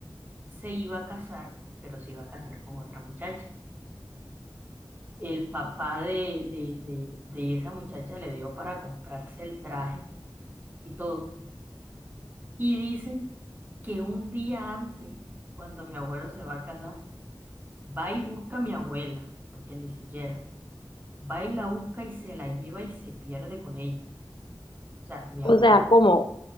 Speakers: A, on the right; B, on the left.
A: se iba a casar, pero se iba a casar con otra muchacha. el papá de, de, de, de esa muchacha le dio para comprarse el traje y todo. Y dice que un día antes, cuando mi abuelo se va a casar, va y busca a mi abuela, porque ni siquiera, va y la busca y se la lleva y se pierde con ella. O sea, mi
B: O
A: abuelo
B: sea, como